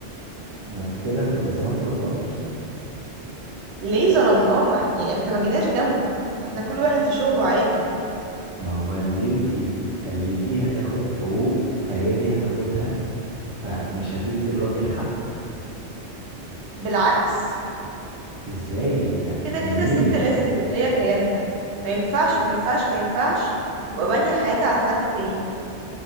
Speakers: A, on the right (about 50°); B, on the right (about 75°).
A: ما انتوا كده هتبقى ظلمتوا الراجل
B: ليه ظلمناه ما... ح- يعني احنا ما جيناش جنبه احنا كل واحد في شغله عادي
A: ما هو اللي انتي خليتيها تاخد حقوق فهي دي هتاخدها فمش هتدي الراجل حق
B: بالعكس
A: ازاي يعني
B: كده
A: اقنعيني
B: كده الست لازم يبقى ليها كيانها ما ينفعش ما ينفعش ما ينفعش تبقى بانية حياتها على حد تاني